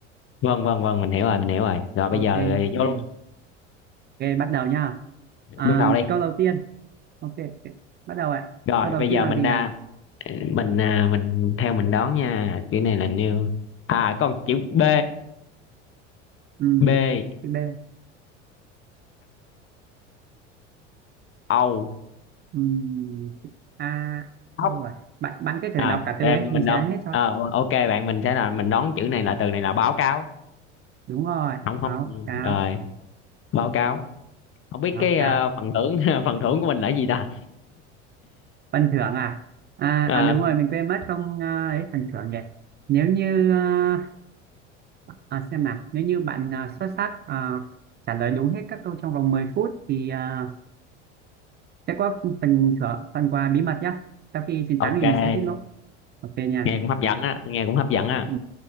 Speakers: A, on the left (about 35°); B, on the right (about 30°).
A: vâng vâng vâng mình hiểu rồi, mình hiểu rồi. Rồi bây
B: Ok,
A: giờ ờ, vô
B: yeah.
A: luôn,
B: Ok, bắt đầu nhá. À,
A: bắt đầu đi.
B: câu đầu tiên. Ok, ok. Bắt đầu ạ.
A: Rồi
B: Câu đầu
A: bây
B: tiên
A: giờ
B: là
A: mình
B: gì
A: ra
B: nào?
A: mình à, mình theo mình đoán nha. Chữ này là new. À con chữ B,
B: Ừ,
A: B
B: chữ B.
A: Âu.
B: Ừ, chữ A.
A: Ốc.
B: Đâu rồi? Bạn, bạn cứ thử
A: Rồi,
B: đọc cả
A: em
B: từ ấy. Mình
A: mình đoán.
B: sẽ ấn hết cho.
A: Ờ ok bạn mình sẽ là mình đoán chữ này là từ này là báo cáo.
B: Đúng rồi.
A: Không không.
B: Báo cáo.
A: Rồi, báo cáo. không biết
B: Báo
A: cái
B: cáo.
A: ờ, phần thưởng <laughs> phần thưởng của mình là gì ta
B: Phần thưởng à? À,
A: Ờ,
B: à đúng rồi. Mình quên mất không à, ấy phần thưởng nhỉ. Nếu như... À, à, xem nào. Nếu như bạn à, xuất sắc à, trả lời đúng hết các câu trong vòng 10 phút thì à, sẽ có phần thưởng, phần quà bí mật nhá. Sau khi chiến
A: ok
B: thắng thì mình sẽ tiết lộ. Ok nha.
A: nghe cũng hấp dẫn á nghe cũng hấp dẫn á
B: Ừ,